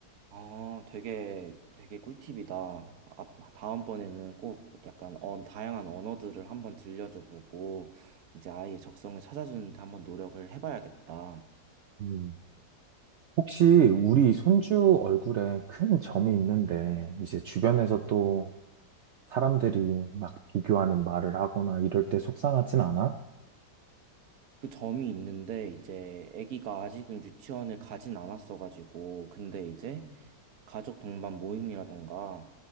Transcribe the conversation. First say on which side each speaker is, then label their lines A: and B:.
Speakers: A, on the right; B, on the right.
A: 아, 되게, 되게 꿀팁이다. 앞- 다음번에는 꼭 약간 어, 다양한 언어들을 한번 들려줘 보고, 이제 아이의 적성을 찾아주는데 한번 노력을 해봐야겠다.
B: 음. 혹시 우리 손주 얼굴에 큰 점이 있는데, 이제 주변에서 또 사람들이 막 비교하는 말을 하거나 이럴 때 속상하진 않아?
A: 그 점이 있는데 이제 아기가 아직은 유치원을 가진 않았어가지고 근데 이제 가족 동반 모임이라던가